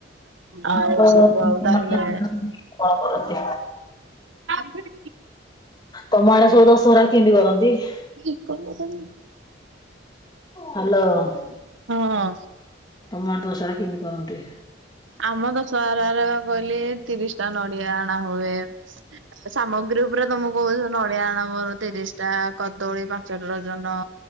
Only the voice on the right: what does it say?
ଆଉ
ସବୁ ଆଉ ତା
ହେଲେ।
। <inaudible>
<unintelligible>
ହଁ ।
ଆମ ଦଶହରା ରେ ବା କହିଲେ ତିରିଶ ଟା ନଡିଆ ଆଣା ହୁଏ । ସାମଗ୍ରୀ ଉପରେ ତମକୁ କହୁଛି ନଡିଆ ଆଣବର । ତିରିଶ ଟା କଦଳୀ ପାଞ୍ଚ ଡରଜନ